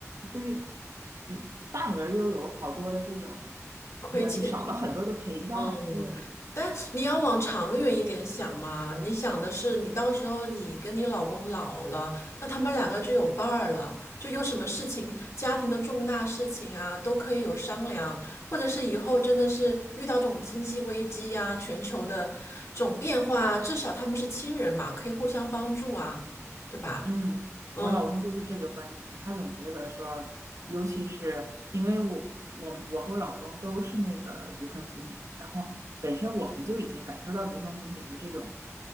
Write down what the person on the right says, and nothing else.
对，嗯，大女儿又有好多的这种，
你知道，就少了很多的陪伴。
对，
嗯，
我老公就是这个观点，他总觉得说，尤其是因为我我我和我老公都是那个独生子女嘛，然后本身我们就已经感受到独生子女的这种，